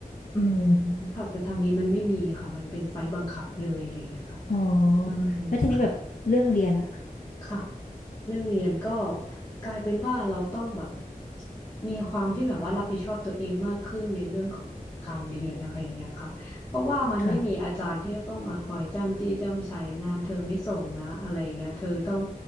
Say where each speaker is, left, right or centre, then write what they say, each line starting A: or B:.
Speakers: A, on the left; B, on the left.
A: อืม
B: อืม
A: ค่ะ แต่ทางนี้มันไม่มีค่ะ มันเป็นไฟล์บังคับเลยอะไรอย่างเงี้ยค่ะ
B: อ๋อ
A: เออ
B: แล้วทีนี้แบบเรื่องเรียนอะ
A: ค่ะ ค่ะเรื่องเรียนก็กลายเป็นว่าเราต้องแบบมีความที่แบบว่ารับผิดชอบตัวเองมากขึ้นในเรื่องของการเรียนนะคะอย่างเงี้ยค่ะเพราะว่ามันไม่มีอาจารย์ที่จะต้องมาคอยจ้ำจี้จ้ำไชงานเธอไม่ส่งนะอะไรอย่างเงี้ยเธอต้อง
B: ค่ะ